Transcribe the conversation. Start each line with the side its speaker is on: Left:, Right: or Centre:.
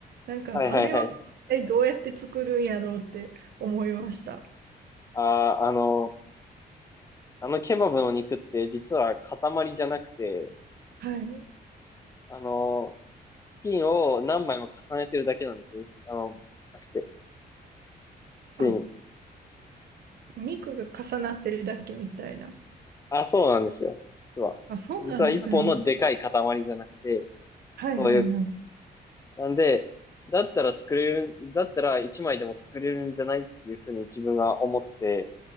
Right: なんか、
Left: はいはいはい。
Right: あれを一体どうやって作るんやろうって思いました。
Left: あー、あの、あのケバブの肉って実は塊じゃなくて、
Right: はい。
Left: あの、ピンを何枚も重ねてるだけなんですよ。あの、なくて、ついに。
Right: あ、肉が重なってるだけみたいな。
Left: あ、そうなんですよ。実は。
Right: あ、そうなんですね。
Left: 実は一本のでかい塊じゃなくて、
Right: はいはいはい。
Left: そういう、なんで、だったら作れる、だったら一枚でも作れるんじゃないっていうふうに自分が思って、